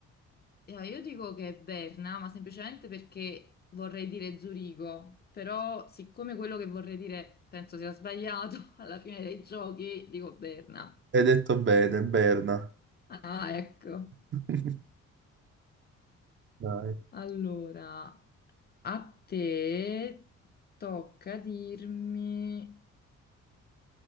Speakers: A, on the left; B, on the right.
A: eh, io dico che è Berna, ma semplicemente perché vorrei dire Zurigo, però siccome quello che vorrei dire penso sia sbagliato, <laughs> alla fine dei giochi dico Berna.
B: Hai detto bene, Berna.
A: Ah, ecco.
B: <laughs> Dai.
A: Allora, A te tocca dirmi